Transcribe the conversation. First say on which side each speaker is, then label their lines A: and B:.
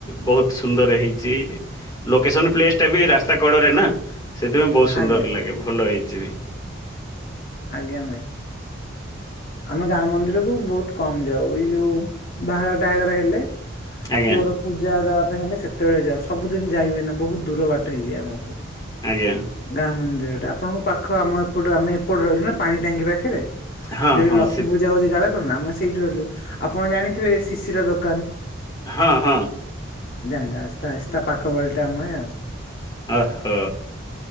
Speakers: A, on the left (about 20°); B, on the left (about 45°).
A: ବହୁତ ସୁନ୍ଦର ହେଇଛି ଲୋକେସନ ପ୍ଲେସ ଟା ବି ରାସ୍ତା କଡରେ ନା। ସେଥିପାଇଁ ବହୁତ ସୁନ୍ଦର
B: ଆଜ୍ଞା
A: ଲାଗେ ଭଲ ହେଇଛି ବି।
B: ଆଜ୍ଞା ଭାଇ। ଆମେ ଗାଁ ମନ୍ଦିରକୁୁ ବହୁତ କମ ଯାଉ ଏଇ ଯୋଉ ବାହାଘର ଟାହା ଘର ହେଲେ ଆଉ
A: ଆଜ୍ଞା
B: ପୁଅର ପୂଜା ଦେବା ପାଇଁ ହେଲେ ସେତେବେଳେ ଯାଉ ସବୁଦିନ ଯାଇ ହୁଏନା ବହୁତ ଦୂର ବାଟ ହେଇଯାଏ ଆମକୁ।
A: ଆଜ୍ଞା।
B: ଗାଁ ମନ୍ଦିର ଟା ଆପଣଙଙ୍କୁ ପାଖ ଆମ ଏପଟୁ ଆମେ ଏପଟେ ରହିଲୁ ନା ପାଣି ଟାଙ୍କି ପାଖରେ।
A: ହଁ
B: ଯୋଉଠି
A: ହଁ
B: ଲକ୍ଷ୍ମୀ
A: ସେ
B: ପୂଜା ହଉଛି କାର କଣ ଆମେ ସେଇଠି ରହିଲୁ ଆପଣ ଜାଣିଥିବେ ଶିଶିର ଦୋକାନ।
A: ହଁ ହଁ।
B: ଜାଣିଲ ଆହିସ୍ତା ଆହିସ୍ତା ପାଖ ଗଳିଟା ଆମେ ଆଉ।
A: ଓ ହୋ।